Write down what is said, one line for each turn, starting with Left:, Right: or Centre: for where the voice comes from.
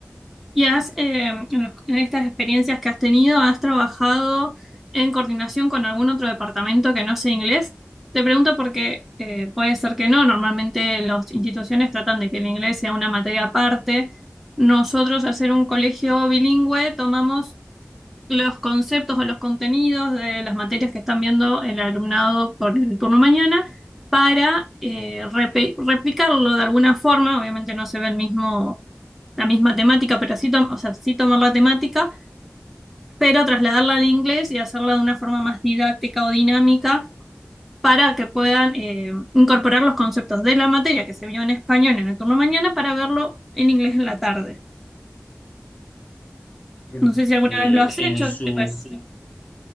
Centre: Y has, eh, en, los- en estas experiencias que has tenido, ¿has trabajado en coordinación con algún otro departamento que no sea inglés? Te pregunto porque eh, puede ser que no. Normalmente las instituciones tratan de que el inglés sea una materia aparte. Nosotros, al ser un colegio bilingüe, tomamos los conceptos o los contenidos de las materias que están viendo el alumnado por el turno mañana para eh, repe- replicarlo de alguna forma. Obviamente no se ve el mismo, la misma temática, pero sí, tom- o sea, sí tomar la temática, pero trasladarla al inglés y hacerla de una forma más didáctica o dinámica para que puedan eh, incorporar los conceptos de la materia que se vio en español en el turno mañana para verlo en inglés en la tarde.
Left: Bien.
Centre: No sé si alguna
Left: Eh,
Centre: vez lo has hecho.
Left: en su,
Centre: si ¿te parece?